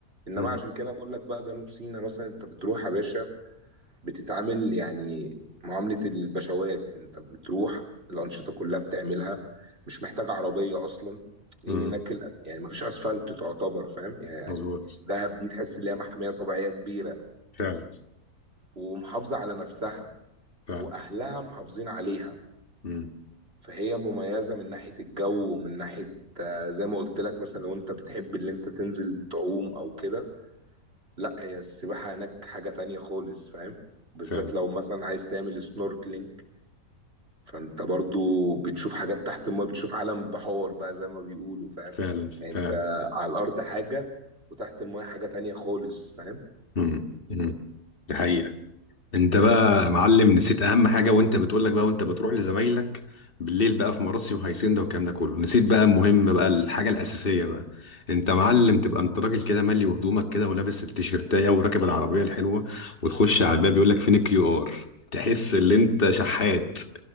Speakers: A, on the right; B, on the left.
A: انما
B: مم.
A: عشان كده بقول لك بقى جنوب سيناء مثلا انت بتروح يا باشا بتتعامل يعني معامله البشوات انت بتروح الانشطه كلها بتعملها مش محتاج عربيه اصلا لان
B: مم.
A: هناك الأس- يعني ما فيش اسفلت تعتبر فاهم يعني
B: مظبوط
A: دهب دي تحس ان هي محميه طبيعيه كبيره
B: فعلا
A: ومحافظة على نفسها
B: فعلا
A: وأهلها محافظين عليها
B: مم.
A: فهي مميزة من ناحية الجو ومن ناحية آه، زي ما قلت لك مثلا لو انت بتحب اللي انت تنزل تعوم او كده لا هي السباحة هناك حاجة تانية خالص فاهم بالذات
B: فعلا
A: لو مثلا عايز تعمل سنوركلينج فانت برضو بتشوف حاجات تحت الماء بتشوف عالم بحور بقى زي ما بيقولوا فاهم
B: فعلا
A: يعني
B: فعلا
A: انت على الارض حاجة وتحت الماء حاجة تانية خالص فاهم
B: مم. مم. دي حقيقة انت بقى يا معلم نسيت اهم حاجه وانت بتقولك بقى وانت بتروح لزمايلك بالليل بقى في مراسي وهيسندا والكلام ده كله نسيت بقى المهم بقى الحاجه الاساسيه بقى انت معلم تبقى انت راجل كده مالي وهدومك كده ولابس التيشيرتايه وراكب العربيه الحلوه وتخش على الباب يقولك فين الكيو ار تحس ان انت شحات